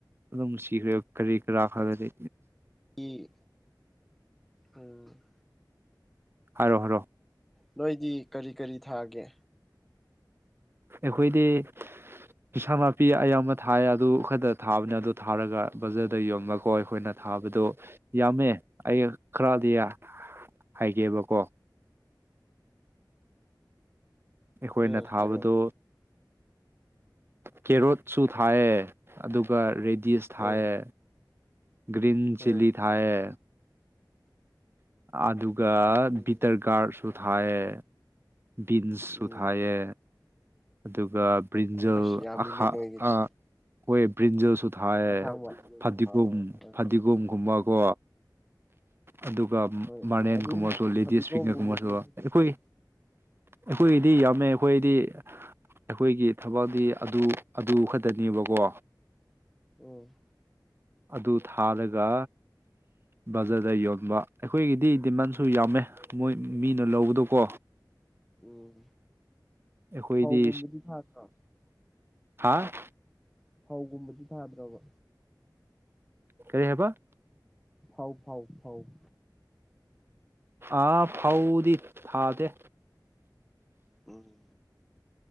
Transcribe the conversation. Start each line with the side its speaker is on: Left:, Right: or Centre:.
Right: ꯑꯗꯨꯝ ꯁꯤꯒ꯭ꯔꯦ ꯀꯔꯤ ꯀꯔꯥ ꯈꯔꯗꯤ
Centre: ꯎꯝ ꯎꯝ
Right: ꯍꯥꯏꯔꯣ ꯍꯥꯏꯔꯣ
Centre: ꯅꯣꯏꯗꯤ ꯀꯔꯤ ꯀꯔꯤ ꯊꯥꯒꯦ
Right: ꯑꯩꯈꯣꯏꯗꯤ ꯏꯤꯟꯁꯥꯡ ꯅꯥꯄꯤ ꯑꯌꯥꯝꯕ ꯊꯥꯏ ꯑꯗꯨ ꯈꯠꯇ ꯊꯥꯕꯅꯦ ꯑꯗꯨ ꯊꯥꯔꯒ ꯕꯖꯔꯗ ꯌꯣꯟꯕꯀꯣ ꯑꯩꯈꯣꯏꯅ ꯊꯥꯕꯗꯣ ꯌꯥꯝꯃꯦ ꯑꯩ ꯈꯔꯗꯤ ꯍꯥꯏꯒꯦꯕꯀꯣ ꯑꯩꯈꯣꯏꯅ
Centre: ꯎꯝ
Right: ꯊꯥꯕꯗꯣ
Centre: ꯍꯥꯏꯔꯛꯑꯣ
Right: ꯀꯦꯔꯣꯠꯁꯨ ꯊꯥꯏꯌꯦ ꯑꯗꯨꯒ ꯔꯦꯗꯤꯁ ꯊꯥꯏꯌꯦ
Centre: ꯎꯝ
Right: ꯒ꯭ꯔꯤꯟ
Centre: ꯎꯝ
Right: ꯆꯤꯂꯤ ꯊꯥꯏꯌꯦ ꯑꯗꯨꯒ
Centre: ꯎꯝ
Right: ꯕꯤꯇꯔ ꯒꯥꯔꯗꯁꯨ ꯊꯥꯏꯌꯦ ꯕꯤꯟꯁꯁꯨ
Centre: ꯎꯝ
Right: ꯊꯥꯏꯌꯦ ꯑꯗꯨꯒ ꯕ꯭ꯔꯤꯟꯖꯥꯜ
Centre: ꯑꯁ ꯌꯥꯝꯃꯤꯅꯦ
Right: ꯑꯥꯈꯥ
Centre: ꯅꯣꯏꯒꯤꯗꯤ
Right: ꯑꯥ ꯍꯣꯏ ꯕ꯭ꯔꯤꯟꯖꯥꯜꯁꯨ ꯊꯥꯏꯌꯦ
Centre: ꯑꯁꯥꯡꯕ
Right: ꯐꯥꯗꯤꯒꯣꯝ
Centre: ꯑꯥ
Right: ꯐꯥꯗꯤꯒꯣꯝ ꯒꯨꯝꯕ ꯀꯣ ꯑꯗꯨꯒ
Centre: ꯍꯣꯏ
Right: ꯃꯥꯔꯦꯟꯒꯨꯝꯕꯁꯨ
Centre: ꯑꯗꯨꯒꯨꯝꯕꯗꯣ
Right: ꯂꯦꯗꯤꯁ
Centre: ꯐꯗꯤꯒꯣꯝꯒꯨꯝꯕꯗꯤ
Right: ꯐꯤꯒꯔꯒꯨꯝꯕꯁꯨ
Centre: ꯑꯩꯈꯣꯏꯁꯨ
Right: ꯑꯩꯈꯣꯏꯒꯤ
Centre: ꯊꯥꯏ
Right: ꯑꯩꯈꯣꯏꯒꯤꯗꯤ ꯌꯥꯝꯃꯦ ꯑꯩꯈꯣꯏꯗꯤ ꯑꯩꯈꯣꯏꯒꯤ ꯊꯕꯛꯇꯤ ꯑꯗꯨ ꯑꯗꯨ ꯈꯠꯇꯅꯦꯕꯀꯣ
Centre: ꯎꯝ꯫
Right: ꯑꯗꯨ ꯊꯥꯜꯂꯒ ꯕꯖꯥꯔꯗ ꯌꯣꯟꯕ ꯑꯩꯈꯣꯏꯒꯤꯗꯤ ꯗꯤꯃꯥꯟꯁꯨ ꯌꯥꯝꯃꯦ ꯃꯣꯏ ꯃꯤꯅ ꯂꯧꯕꯗꯨꯀꯣ
Centre: ꯎꯝ
Right: ꯑꯩꯈꯣꯏꯗꯤ
Centre: ꯐꯧꯒꯨꯝꯕꯗꯤ ꯁꯥꯠꯇ꯭ꯔꯣ
Right: ꯍꯥꯥ
Centre: ꯐꯧꯒꯨꯝꯕꯗꯤ ꯊꯥꯗ꯭ꯔꯣꯕ
Right: ꯀꯔꯤ ꯍꯥꯏꯕ
Centre: ꯐꯧ ꯐꯧ ꯐꯧ ꯐꯧ
Right: ꯑꯥ ꯐꯧꯗꯤ ꯊꯥꯗꯦ
Centre: ꯎꯝ꯫